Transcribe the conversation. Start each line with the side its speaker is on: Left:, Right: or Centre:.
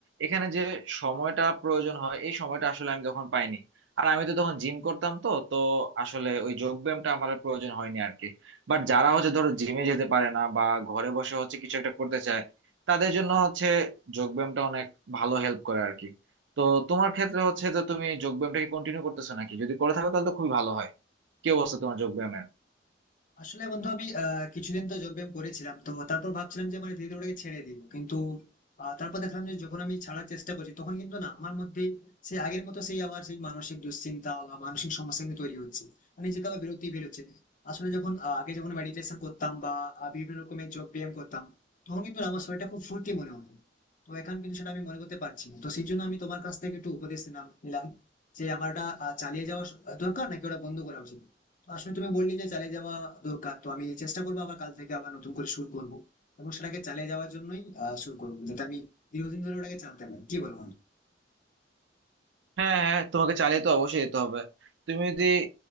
Right: এখানে যে সময়টা প্রয়োজন হয় এই সময়টা আসলে আমি তখন পাইনি আর আমি তো তখন জিম করতাম তো তো আসলে ওই যোগ ব্যায়ামটা আমার আর প্রয়োজন হয়নি আর কি বাট যারা হচ্ছে ধরো জিমে যেতে পারে না বা ঘরে বসে হচ্ছে কিছু একটা করতে চায় তাদের জন্য হচ্ছে যোগ ব্যায়ামটা অনেক ভালো হেল্প করে আর কি তো তোমার ক্ষেত্রে হচ্ছে যে তুমি যোগ ব্যায়ামটাকে কন্টিনিউ করতেছো নাকি যদি করে থাকো তাহলে তো খুবই ভালো হয় কি অবস্থা তোমার যোগ ব্যায়ামের
Left: আসলে বন্ধু আমি আহ, কিছুদিন তো যোগব্যায়াম করেছিলাম তো তারপর ভাবছিলাম যে মানে ধীরে ধীরে ওটাকে ছেড়ে দিব কিন্তু আহ, তারপর দেখলাম যে যখন আমি ছাড়ার চেষ্টা করছি তখন কিন্তু না আমার মধ্যে সেই আগের মতো সেই আবার সেই মানসিক দুশ্চিন্তা বা মানসিক সমস্যা কিন্তু তৈরি হচ্ছে মানে নিজেকে আবার বিরতি বেরোচ্ছে আসলে যখন আহ, আগে যখন মেডিটেশন করতাম বা আহ, বিভিন্ন রকমের যোগ ব্যায়াম করতাম তখন কিন্তু না আমার শরীরটা খুব ফুর্তি মনে হতো তো এখন কিন্তু সেটা আমি মনে করতে পারছি না তো সেই জন্য আমি তোমার কাছ থেকে একটু উপদেশ নিলাম নিলাম যে আমার ওটা আহ, চালিয়ে যাওয়া স- দরকার নাকি ওটা বন্ধ করা উচিত আসলে তুমি বললে যে চালিয়ে যাওয়া দরকার তো আমি চেষ্টা করবো আবার কাল থেকে আবার নতুন করে শুরু করবো এবং সেটাকে চালিয়ে যাওয়ার জন্যই আহ শুরু করবো যাতে আমি দীর্ঘদিন ধরে ওটাকে চালাতে পারি কি বলবো
Right: হ্যাঁ হ্যাঁ তোমাকে চালিয়ে তো অবশ্যই যেতে হবে তুমি যদি